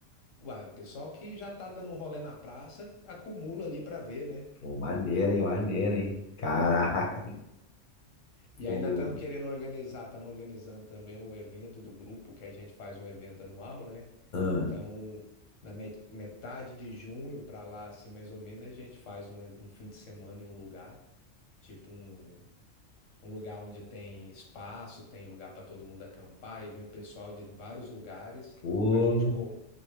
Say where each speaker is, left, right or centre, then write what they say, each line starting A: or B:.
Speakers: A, on the left; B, on the left.
A: Uai, o pessoal que já tá dando um rolê na praça, acumula ali pra ver, né?
B: Pô, maneiro, hein, maneiro, hein? Caraca,
A: E
B: <laughs> pô.
A: ainda estamos querendo organizar, estamos organizando também um evento do grupo, que a gente faz um evento anual, né?
B: Ah,
A: Então, na me- metade de junho pra lá, assim, mais ou menos, a gente faz um, e- um fim de semana em um lugar, tipo um um lugar onde tem espaço, tem lugar para todo mundo acampar, e vem um pessoal de vários lugares.
B: pô.
A: A gente con-